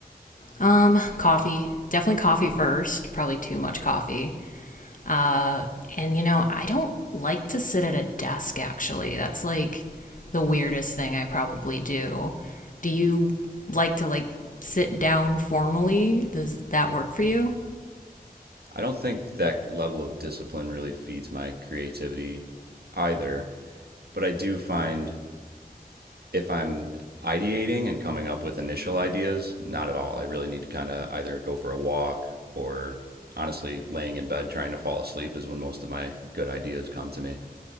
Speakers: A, on the left; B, on the right.
A: Um, coffee. Definitely coffee first. Probably too much coffee. Uh, and you know, I don't like to sit at a desk, actually. That's like the weirdest thing I probably do. Do you like to, like, sit down formally? Does that work for you?
B: I don't think that level of discipline really feeds my creativity either, but I do find if I'm ideating and coming up with initial ideas, not at all. I really need to kind of either go for a walk or honestly laying in bed trying to fall asleep is when most of my good ideas come to me.